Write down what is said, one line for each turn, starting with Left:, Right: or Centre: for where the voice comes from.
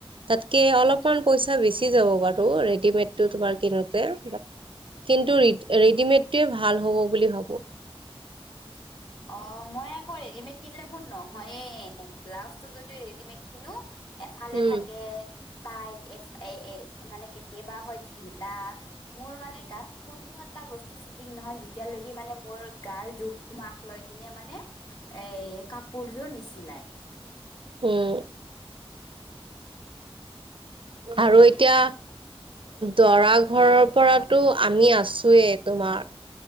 Right: তাত কৈ অলপ মান পইচা বেছি যাব বাৰু। ৰেডিমেড টো তোমাৰ কিনোতে। কিন্তু ৰেডিমেডটোৱে ভাল হ'ব বুলি ভাবো।
Left: <unintelligible> অ', মই আকৌ ৰেডিমেড কিনিলে বোৰ নহয়ে, ব্লাউজ টো যদি ৰেডিমেড কিনো এফালে
Right: উম,
Left: থাকে তাইত এফ এ এ মানে কেতিয়াবা হয় ঢিলা। মোৰ মানে গাত কোনো এটা বস্তু ফিটিং নহয়, যেতিয়ালৈকে মানে মোৰ গাৰ জোখ মাখ লৈ কিনে মানে এ কাপোৰযোৰ নিচিলাই।
Right: উম আৰু এতিয়া। দৰা ঘৰৰ পৰাতো আমি আছোয়ে তোমাৰ